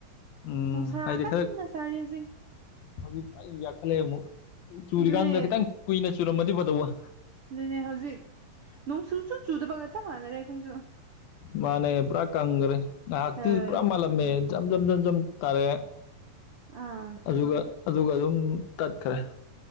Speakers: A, on the left; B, on the right.
A: ꯎꯝ
B: ꯅꯨꯡꯁꯥ
A: ꯍꯥꯏꯗꯤ
B: ꯀꯟꯅꯥ
A: ꯈꯔ
B: ꯁꯥꯔꯤ ꯍꯧꯖꯤꯛ
A: ꯍꯧꯖꯤꯛ ꯑꯩ ꯌꯥꯈꯠꯂꯛꯑꯦ ꯑꯃꯨꯛ ꯆꯨꯔꯤꯀꯥꯟꯗꯨꯗ
B: ꯑꯗꯨꯅꯦ
A: ꯈꯤꯇꯪ ꯀꯨꯏꯅ ꯆꯨꯔꯝꯃꯗꯤ ꯐꯗꯧꯕ ꯋꯥ
B: ꯑꯗꯨꯅꯦ ꯍꯧꯖꯤꯛ ꯅꯣꯡ ꯆꯨ ꯆꯨ ꯆꯨꯗꯕꯒ ꯆꯞ ꯃꯥꯟꯅꯔꯦ ꯑꯩꯈꯣꯏꯁꯨ
A: ꯃꯥꯅꯦ ꯄꯨꯔꯥ ꯀꯪꯒꯔꯦ ꯉꯥꯏꯍꯥꯛꯇꯤ
B: ꯍꯣꯏ
A: ꯄꯨꯔꯥ ꯃꯥꯜꯂꯝꯃꯦ ꯖꯝ ꯖꯝ ꯖꯝ ꯖꯝ ꯇꯥꯔꯛ‍ꯦ
B: ꯑꯥ
A: ꯑꯗꯨꯒ ꯑꯗꯨꯒ ꯑꯗꯨꯝ ꯇꯠꯈ꯭ꯔꯦ